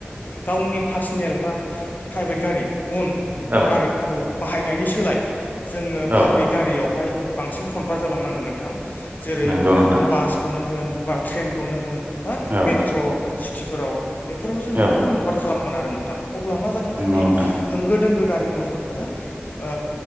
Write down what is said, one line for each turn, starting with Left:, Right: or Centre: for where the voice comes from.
Left: गावनि पार्सनेल बा प्राइभेट गारि अन
Right: औ
Left: गारिखौ बाहायनायनि सोलाय जोङो
Right: औ
Left: पाब्लिक गारियावहाय बांसिन कन्भार्त जालांनांगोन नोंथां जेरै
Right: नंगौ नोंथां
Left: बासखौनो ओम होन बा ट्रेनखौ खौनो होन बा
Right: औ
Left: मेट्र' सिटिफोराव बेफोराव जोङो
Right: औ
Left: कनभार्ट खालामनांगोन आरो नोंथां अब्ला मा जागोन
Right: नंगौ
Left: जोंनि
Right: नोंथां
Left: होंगो दोंगो गारि मथरफोरा ओ